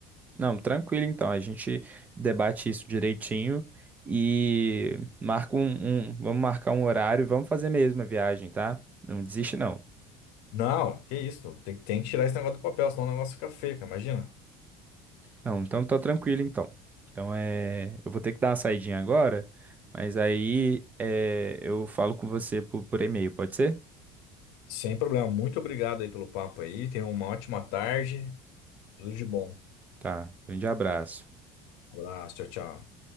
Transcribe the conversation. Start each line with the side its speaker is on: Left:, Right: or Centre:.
Right: Não, tranquilo então. A gente debate isso direitinho e marca um, um- vamos marcar um horário e vamos fazer mesmo a viagem, tá? Não desiste, não.
Left: Não, que isso. Tem, tem que tirar esse negócio do papel, senão o negócio fica feio, cara. Imagina.
Right: Não, então tá tranquilo então. Então é, eu vou ter que dar uma saidinha agora, mas aí é, eu falo com você por, por e-mail, pode ser?
Left: Sem problema. Muito obrigado aí pelo papo aí. Tenha uma ótima tarde. Tudo de bom.
Right: Tá, grande abraço.
Left: Abraço, tchau, tchau.